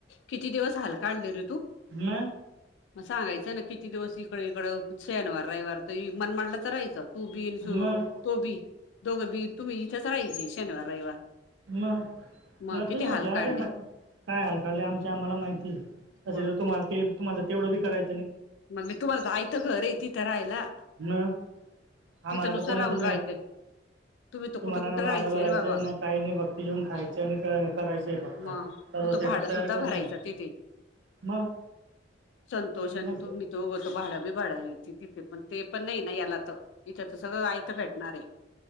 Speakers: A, on the left; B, on the right.
A: किती दिवस हाल काढले रे तू
B: ना
A: मग सांगायचं ना किती दिवस इकडे इकड शनिवार रविवार तर मन मांडलं तर रायचं तू बीन
B: मग
A: तो बी दोघं बी तुम्ही इथेच राहायचे शनिवार रविवार
B: म
A: मग
B: म्हटलं
A: किती हाल
B: अरे
A: काढले
B: म काय हालकालले आमच्या आम्हाला माहिती त
A: मग
B: तर तुम्हाला ते तुमला तेवढ ब करायं
A: मग मी तुम्हाला जायचं घर आहे तिथं राहायला
B: मग आम्हाला
A: तिथं नुसतं
B: तर कोणाचे
A: राहून राहायचं तुम्ही तर
B: तुम्हाला
A: कुठं कुठं
B: ना
A: राहायचे
B: भाडं भरायचं
A: रे बाबा
B: ना. काही नाही बघती जेऊन खायच आणि करायच. ते फक्त
A: मग
B: सर्व
A: तू तर
B: सेटअप
A: भाडं
B: तयार
A: सुद्धा
B: करून
A: भरायचा
B: देत
A: तिथे
B: मग
A: संतोष आणि
B: मग
A: तुम्ही जोग तो भाडा बी भाडा येल तिथे पण ते पण नाही ना याला तर इथ तर सगळं आयथ भेटणार आहे.